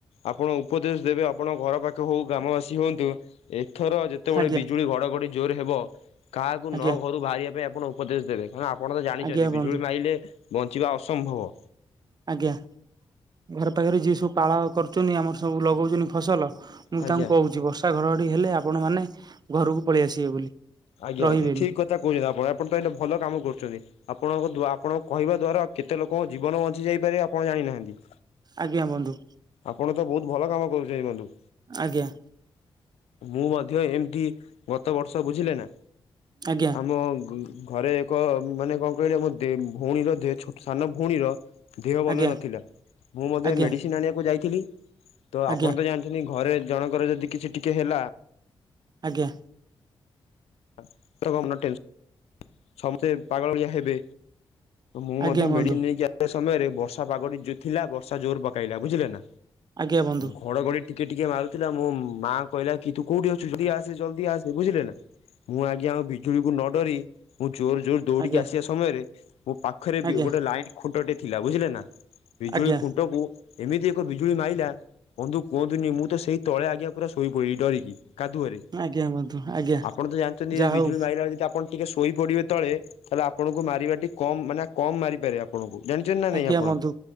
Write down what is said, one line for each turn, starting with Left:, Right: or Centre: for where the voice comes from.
Left: ଆପଣ ଉପଦେଶ ଦେବେ ଆପଣ ଘର ପାଖ ହଉ ଗ୍ରାମବାସୀ ହଅନ୍ତୁ ଏଥର ଯେତେ ଯେତେବେଳେ
Right: ଆଜ୍ଞା
Left: ବିଜୁଳି ଘଡ଼ଘଡ଼ି ଜୋର ହେବ କାହାକୁ
Right: ଆଜ୍ଞା
Left: ନ ଘରୁ ବାହାରିବା ପାଇଁ ଆପଣ ଉପଦେଶ ଦେବେ। ମାନେ ଆପଣ ତ ଜାଣିଛନ୍ତି
Right: ଆଜ୍ଞା ବନ୍ଧୁ
Left: ବିଜୁଳି ମାରିଲେ ବଞ୍ଚିବା ଅସମ୍ଭବ।
Right: ଆଜ୍ଞା ଘରେ ପାଖରେ ଯିଏ ସବୁ ପାଳ କରୁଛନ୍ତି ଆମର ସବୁ ଲଗାଉଛନ୍ତି ଫସଲ। ମୁଁ
Left: ଆଜ୍ଞା
Right: ତାଙ୍କୁ କହୁଛି ବର୍ଷା ଘଡଘଡି ହେଲେ ଆପଣ ମାନେ ଘରକୁ ପଳେଇ ଆସିବେ ବୋଲି।
Left: ଆଜ୍ଞା
Right: ରହିବେନି
Left: ଆଜ୍ଞା ଠିକ୍ କଥା କହୁଛନ୍ତି ଆପଣ ଆପଣ ତ ଏତେ ଭଲ କାମ କରୁଛନ୍ତି। ଆପଣଙ୍କ ଦ୍ୱା ଆପଣଙ୍କ କହିବା ଦ୍ଵାରା କେତେ ଲୋକଙ୍କ ଜୀବନ ବଞ୍ଚି ଯାଇପାରେ ଆପଣ ଜାଣିନାହାନ୍ତି?
Right: ଆଜ୍ଞା ବନ୍ଧୁ।
Left: ଆପଣ ତ ବହୁତ ଭଲ କାମ କରୁଛନ୍ତି ବନ୍ଧୁ।
Right: ଆଜ୍ଞା।
Left: ମୁଁ ମଧ୍ୟ ଏମିତି ଗତ ବର୍ଷ ବୁଝିଲେ ନା
Right: ଆଜ୍ଞା
Left: ଆମ ଘରେ ଙ୍କ ମାନେ କଣ କହିଲେ ଆମ ଦେ ଭଉଣୀର ଦେ ଛୋ ସାନ ଭଉଣୀର ଦେହ
Right: ଆଜ୍ଞା
Left: ଭଲ ନଥିଲା ମୁଁ ମଧ୍ୟ
Right: ଆଜ୍ଞା
Left: ମେଡ଼ିସିନ ଆଣିବାକୁ ଯାଇଥିଲି ତ
Right: ଆଜ୍ଞା
Left: ଆପଣ ତ ଜାଣି ନି ଘରେ ଜଣଙ୍କର ଯଦି କିଛି ଟିକେ ହେଲା।
Right: ଆଜ୍ଞା।
Left: <unintelligible> ସମସ୍ତେ ପାଗଳ ଭଳିଆ ହେବେ ମୁଁ ମଧ୍ୟ
Right: ଆଜ୍ଞା ବନ୍ଧୁ
Left: ମେଡିନ ନେଇକି ଆ ସମୟରେ ବର୍ଷା ପାଗଟି ଯଉ ଥିଲା ବର୍ଷା ଜୋର ପକାଇଲା ବୁଝିଲେ ନା
Right: ଆଜ୍ଞା ବନ୍ଧୁ
Left: ଘଡଘଡି ଟିକେ ଟିକେ ମାରୁଥିଲା ମୋ ମା କହିଲା କି ତୁ କୋଉଠି ଅଛୁ ଯଦି ଆସେ ଜଲଦି ଆସେ ବୁଝିଲେ ନା। ମୁଁ ଆଜ୍ଞା ଆ ବିଜୁଳିକୁ ନ ଡରି ମୁଁ ଜୋରେ ଜୋରେ ଦୌଡିକି
Right: ଆଜ୍ଞା
Left: ଆସିବା ସମୟରେ ମୋ ପାଖରେ ଵି
Right: ଆଜ୍ଞା
Left: ଗୋଟେ ଲାଇନ ଖୁଣ୍ଟଟେ ଥିଲା ବୁଝିଲେ ନା ବିଜୁଳି
Right: ଆଜ୍ଞା
Left: ଖୁଣ୍ଟକୁ ଏମିତି ଏକ ବିଜୁଳି ମାଇଲା ବନ୍ଧୁ କୁହନ୍ତୁନି ମୁଁ ତ ସେଇ ତଳେ ଆଜ୍ଞା ପୁରା ସୋଇ ପଡିଲି ଡରିକି କାଦୁଅରେ।
Right: ଆଜ୍ଞା ବନ୍ଧୁ ଆଜ୍ଞା
Left: ଆପଣ ତ ଜାଣିଛନ୍ତି
Right: ଯାହା
Left: ବିଜୁଳି
Right: ହଉ
Left: ମାଇଲାବେଳେ ଆପ୍ ଆପଣ ଟିକେ ଶୋଇ ପଡିବେ ତଳେ ତାହେଲେ ଆପଣଙ୍କୁ ମାରିବାଟା ଟିକେ କମ ମାନେ କମ ମାରିପାରେ। ଆପଣକୁ ଜାଣିଛନ୍ତି ନା
Right: ଆଜ୍ଞା
Left: ନାଇଁ ଆପଣ
Right: ବନ୍ଧୁ